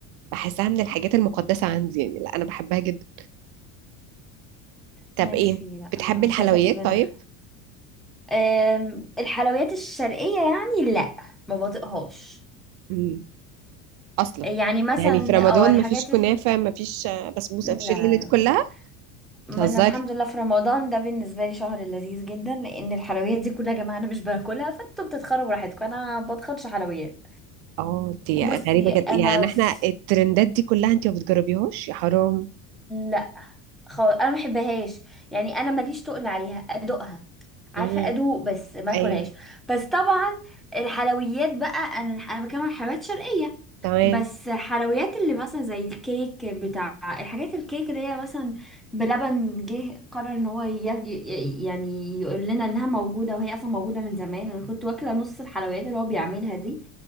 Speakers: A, on the right; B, in the centre.
A: بحسها من الحاجات المقدسة عندي يعني لا انا بحبها جدا طب
B: ماليش
A: ايه
B: فيه لا
A: بتحبي
B: انا
A: الحلويات
B: شايفه السبانخ
A: طيب
B: أم، الحلويات الشرقيه يعني لا ما بطيقهاش
A: امم اصلا
B: يعني مثلا
A: يعني في رمضان
B: اه الحاجات
A: مفيش كنافة
B: لا
A: مفيش آه، بسبوسة
B: لا
A: مفيش الليلة دي كلها بتهزري
B: ما انا الحمد لله في رمضان ده بالنسبه لي شهر لذيذ جدا لان الحلويات دي كلها يا جماعه انا مش باكلها فانتوا بتتخربوا براحتكم انا ما بتخنش حلويات
A: اه دي
B: بصي
A: غريبة جدا
B: انا
A: يعني احنا
B: في...
A: الترندات دي كلها انت ما بتجربيهاش يا حرام
B: لا خالص انا ما بحبهاش يعني انا ماليش تقل عليها ادوقها عارفه
A: امم
B: ادوق بس ما اكلهاش
A: ايوه
B: بس طبعا الحلويات بقى انا انا بتكلم عن حلويات شرقيه
A: تمام
B: بس حلويات اللي مثلا زي الكيك بتاع الحاجات الكيك اللي هي مثلا بلبن جه قرر ان هو ي- ي- يعني يقول لنا انها موجودة وهي اصلا موجودة من زمان انا كنت واكلة نص الحلويات اللي هو بيعملها دي